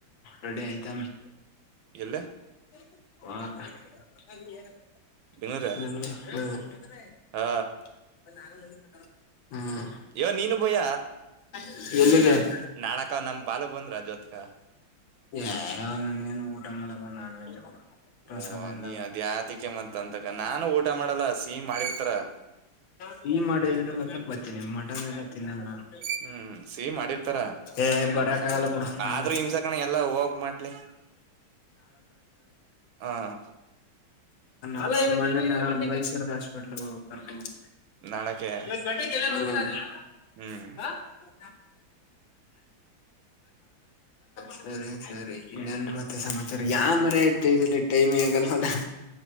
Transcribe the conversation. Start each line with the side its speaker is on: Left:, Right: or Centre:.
Left: ರೆಡಿ ಆಯೇತಮಿ
Right: ಯಾಲ್ಯ
Left: <unintelligible>
Right: ಬೆಂಗ್ಳೂರ
Left: <unintelligible>
Right: ಹ
Left: ಹ್ಮ್
Right: ಏ ನೀನು ಬಾಯ
Left: <unintelligible>
Right: ನಾಳೆಕಾ ನಾಮ್ ಪಾಳು ಬಂದ್ರ ಜೊತ್ಗ
Left: ಯೇ ನೀನ್ ಊಟ ಮಾಡಪ್ಪ ನಾನ್ ವೆಜ್. ಪ್ರಸಾದ
Right: ಓ
Left: ಎಲ್ಲ
Right: ನೀ ಅದ್ಯಾತುಕ್ಕೆ ಮತ್ತಂತ ಕನ್ ನಾನು ಊಟ ಮಾಡಲ್ಲ ಸಿಹಿ ಮಾಡಿರ್ತರ.
Left: ಸಿಹಿ ಮಾಡಿದ್ರೆ ಬರ್ತಿನಿ ಮಟನ್ ಎಲ್ಲಾ ತಿನ್ನಲ್ಲ ನಾನು,
Right: ಹ್ಮ್ ಸಿಹಿ ಮಾಡಿರ್ತಾರ
Left: ಏ ಬರಕಾಗಲ್ಲ ಬಿಡು ನಾಳೆ.
Right: ಆದ್ರೂ ಹಿಂಸಕಣ ಎಲ್ಲಾ ಹೋಗ್ ಮಾಡ್ಲಿ ಹ
Left: ಅಲ್ಲ ಇವತ್ತು, ಮೈಸೂರಿಗ್ ಹಾಸ್ಪೆಟ್ಲಿಗೆ ಹೋಗ್ಬೇಕು ಕರ್ಕೊಂಡ್ ಹೋಗ್ಬೇಕು.
Right: ನಾಳಕ್ಕೆ
Left: <unintelligible> <inaudible>
Right: ಹ್ಮ್
Left: ಆ ಹೂಂ ಸರ್ ಸರಿ ಸರಿ ಇನ್ನೇನ್ರಿ ಮತ್ತೆ ಸಮಾಚಾರ, ಯಾವ್ದ್ ಮರಯಾ ಇದು ಟೈಮಲಿ ಟೈಮೇ ಆಗಲ್ಲಲ.